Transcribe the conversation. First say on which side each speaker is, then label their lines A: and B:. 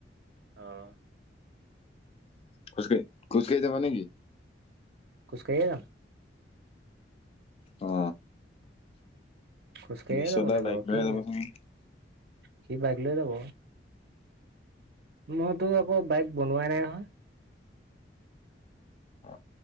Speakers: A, on the right (about 60°); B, on the left (about 35°).
A: অঁ।
B: খোজ কাঢ়ি খোজকাঢ়ি যাবা নে কি?
A: খোজকাঢ়িয়েই যাম।
B: অ।
A: খোজকাঢ়িয়েই
B: বিশ্বদা
A: যাব লাগিব,
B: বাইক লৈ
A: কি
B: যাবচোন
A: সি বাইক লৈ যাব। মই তোৰ আকৌ বাইক বনোৱাই নাই নহয়।
B: অ